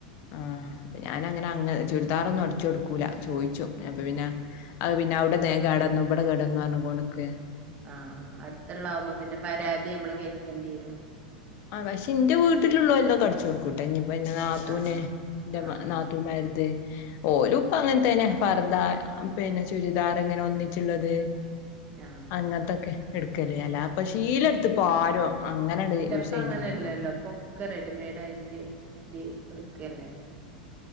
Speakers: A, on the left; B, on the right.
A: ആ ഞാൻ അങ്ങനെ അങ്ങനെ ചുരിദാർ ഒന്ന് അടിച്ചെടുക്കുല ചോദിക്കും അപ്പൊ പിന്നെ അങ്ങനെ ആ പിന്നെ അവിടെ വേ കേടുവന്നു ഇവിടെ കേട്വന്ന് എന്ന് പറഞ്ഞു നിൽക്കും
B: ആ അടുത്തുള്ളമ്പോൾ പിന്നെപരാതി കേൾക്കേണ്ടിവരും
A: പക്ഷേ എന്റെ വീട്ടിൽ ഉള്ളതൊക്കെ അടിച്ചെടുക്കും പിന്നെ നാത്തൂന്ന്
B: ആഹ്
A: എന്റെ
B: ആഹ് ആഹ്
A: നാത്തൂന്മാരെത് ഓലും ഇപ്പം അങ്ങനെയല്ലേ പർദ്ദ പിന്നെ ചുരിദാങ്ങനെ ഒരുമിച്ചുള്ളത്
B: ആഹ്
A: അങ്ങനെന്തൊക്കെ എടുക്കല് അല്ലാതെ ഷീലെടുത്ത്പ്പരും അങ്ങനങ്ങട്ട് യൂസ്
B: ഇപ്പം
A: ചെയ്യുന്നില്ലല്ലോ
B: അങ്ങനെ ഇല്ലല്ലോ റെഡിമെയ്ഡ് യിട്ട് ഇത് എടുക്കല്ലേ